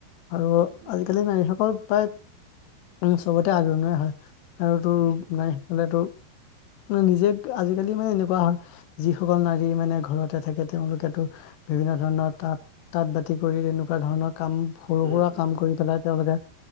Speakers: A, on the left (about 75°); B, on the right (about 85°).
A: আৰু
B: উম, উম,
A: আজিকালি নাৰীসকল প্ৰায়, উম চবতে আগৰণুৱা হয় আৰু তোৰ
B: উম,
A: নাই সকলো তোৰ নিজে আজিকালি মানে এনেকোৱা হয় যিসকল নাৰী মানে ঘৰতে থাকে তেওঁলোকেতো বিভিন্ন ধৰণৰ তাঁত তাঁত বাতি কৰি তেনেকোৱা ধৰণৰ কাম সৰু
B: উম,
A: সুৰা কাম কৰি পেলাই তেওঁলোকে